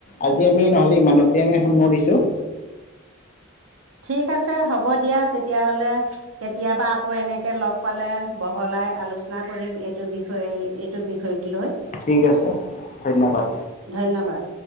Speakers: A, on the left; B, on the right.
A: আজি আমি নহ'লে ইমানতে আমি সামৰিছোঁ।
B: ঠিক আছে হ'ব দিয়া তেতিয়া হ'লে। কেতিয়াবা আকৌ এনেকে লগ পালে বহলাই আলোচনা কৰিম। এইটো বিষয়ে এইটো বিষয়। লৈ
A: ঠিক আছে ধন্যবাদ।
B: ধন্যবাদ।